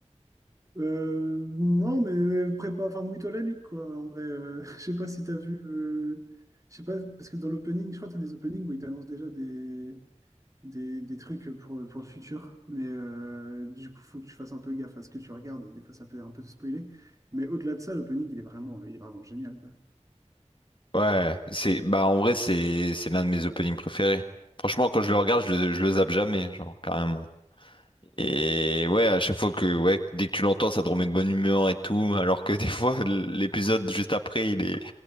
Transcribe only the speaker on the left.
Ouais, c'est bah en vrai, c'est c'est l'un de mes openings préférés. Franchement, quand je le regarde, je le, je le zappe jamais, genre carrément. Et ouais, à chaque fois que ouais, dès que tu l'entends, ça te remet de bonne humeur et tout, <laughs> alors que des fois l'épisode juste après, il est